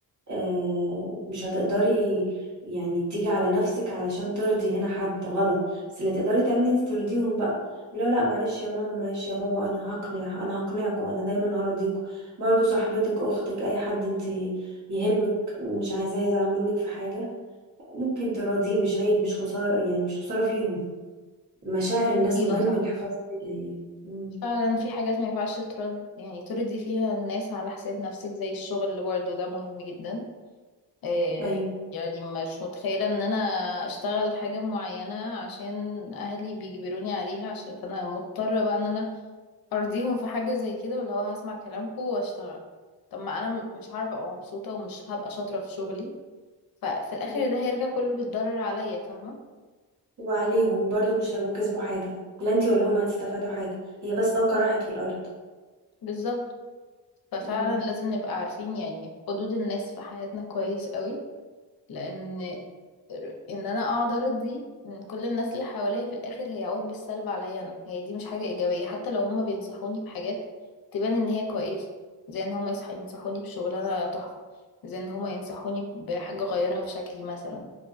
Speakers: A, on the right (about 45°); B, on the left (about 55°).
A: آه مش هتقدري يعني تيجي على نفسك علشان ترضي هنا حد غلط بس اللي تقدري تعملي انت ترضيهم بقى لا لا معلش يا ماما معلش يا بابا انا هقنع انا هقنعكم انا دايما هراضيكم برضو صاحبتك اختك اي حد انت يهمك مش عايزاه يزعل منك في حاجة ممكن تراضيه مش عيب مش خسارة يعني مش خسارة فيهم مشاعر الناس
B: ايوه
A: مهم
B: صح
A: الحفاظ عليها يعني مم.
B: فعلا في حاجات ما ينفعش ترد يعني ترضي فيها الناس على حساب نفسك زي الشغل اللي برضه ده مهم جدا إيه
A: أيوة
B: يعني مش متخيلة ان انا اشتغل حاجة معينة عشان اهلي بيجبروني عليها عشان فانا مضطرة بقى ان انا ارضيهم في حاجه زي كده ولا هو هسمع كلامكم واشتغل طب ما انا م- مش هعرف ابقى مبسوطه ومش هبقى شاطره في شغلي ففي الاخر
A: مم.
B: ده هيرجع كله بالضرر عليا فاهمه
A: وعليهم برضو مش هيبقوا كسبوا حاجة لا انتي ولا هما هتستفادوا حاجة هي بس طاقة راحت في الأرض
B: بالظبط ففعلا
A: مم.
B: لازم نبقى عارفين يعني حدود الناس في حياتنا كويس قوي لان ان انا اقعد ارضي من كل الناس اللي حواليا في الاخر هيعود بالسلب عليا انا هي دي مش حاجه ايجابيه حتى لو هما بينصحوني بحاجات تبان ان هي كويسه زي ان هما يصح- ينصحوني بشغلانه تحفه زي ان هما ينصحوني بحاجه اغيرها في شكلي مثلا